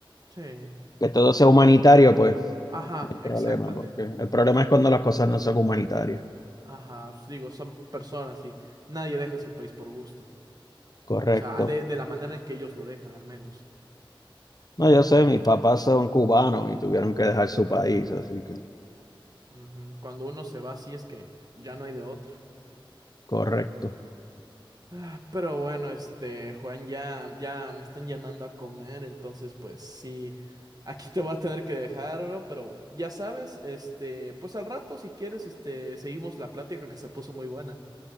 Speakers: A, on the right; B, on the left.
A: Sí.
B: que todo sea humanitario, pues
A: Ajá,
B: no hay problema,
A: exactamente.
B: porque el problema es cuando las cosas no son humanitarias,
A: Ajá, os digo, son personas y nadie deja su país por gusto.
B: correcto.
A: O sea, de, de la manera en que ellos lo dejan, al menos.
B: No, yo sé, mis papás son cubanos y tuvieron que dejar su país, así que
A: Ujú, Cuando uno se va, sí es que ya no hay de otra.
B: correcto.
A: Ah, Pero bueno, este, Juan, ya, ya me están llamando a comer, entonces pues sí, aquí te voy a tener que dejar, bro, pero ya sabes, este, pues al rato si quieres, este, seguimos la plática que se puso muy buena.